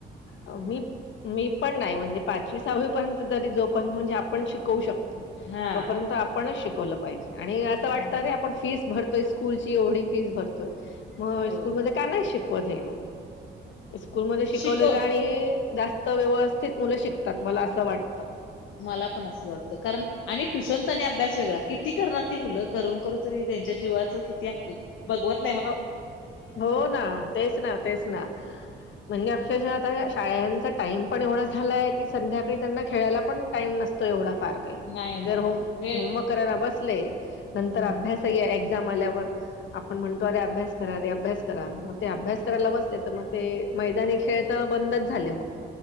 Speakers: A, on the left (about 70°); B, on the left (about 85°).
A: मी, मी पण नाही, म्हणजे पाचवी-सहावी पर्यंत, तरी जोपर्यंत, म्हणजे आपण शिकवू शकतो
B: हा.
A: तोपर्यंत आपणच शिकवलं पाहिजे, आणि असं वाटत
B: हम्म.
A: अरे आपण फीस भरतोय, स्कूलची एवढी फीस भरतोय मग
B: हो
A: स्कूलमध्ये का नाही शिकवत, हे लोक, स्कूलमध्ये शिकवलेलं
B: शिकव
A: आणि जास्त व्यवस्थित, मुलं शिकतात, मला असं वाटतं.
B: मला पण असंच वाटतं, कारण आणि ट्युशनचा आणि अभ्यास वेगळा, किती करणार ती मुलं, करून-करून तरी त्यां चे जीवाचं, किती हाल, बगवत
A: हो, हो ना, तेच ना, तेच ना. म्हणजे अक्षरशः आता शाळांचा टाइम पण एवढा झालाय, की संध्याकाळी त्यांना खेळायला पण टाइम नसत. तो एवढा फार घाई
B: नाही नाही
A: जर होमवर्क
B: नाही वेळ
A: करायला बसले, नंतर
B: हम्म
A: अभ्यास. सही आहे एक्झाम आल्यावर. आपण म्हणतो, अरे अभ्यास करा, रे अभ्यास करा. मग ते अभ्यास करायला बसले तर मग ते मैदानी खेळ त बंदच झाले मग.